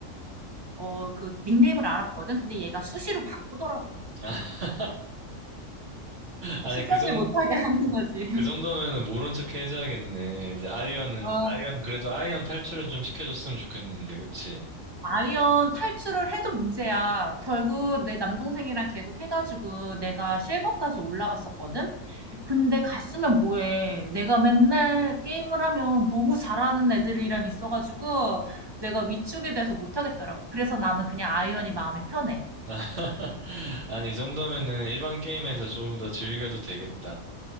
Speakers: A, on the right; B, on the right.
A: 어, 그 닉네임을 알았거든. 근데 얘가 수시로 바꾸더라고.
B: <laughs> 아니,
A: 추적을
B: 그 정,
A: 못하게 하는 거지. <laughs>
B: 그 정도면은 모른 척 해줘야겠네. 이제 아이언은,
A: 어,
B: 아이언, 그래도 아이언 탈출은 좀 시켜줬으면 좋겠는데, 그치?
A: 아이언 탈출을 해도 문제야. 결국 내 남동생이랑 계속 해가지고 내가 실버까지 올라갔었거든? 근데 갔으면 뭐해. 내가 맨날 게임을 하면 너무 잘하는 애들이랑 있어가지고 내가 위축이 돼서 못하겠더라고. 그래서 나는 그냥 아이언이 마음이 편해.
B: <laughs> 아니, 이 정도면은 일반 게임에서 조금 더 즐겨도 되겠다.